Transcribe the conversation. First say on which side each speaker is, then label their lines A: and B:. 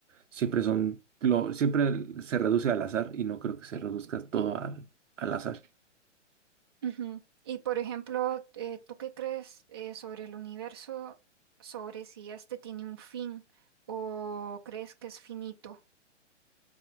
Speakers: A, on the right (about 80°); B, on the right (about 20°).
A: Siempre son, lo, siempre se reduce al azar y no creo que se reduzca todo al, al azar.
B: Ujú. Y por ejemplo, eh, ¿tú qué crees eh, sobre el universo, sobre si este tiene un fin o crees que es finito?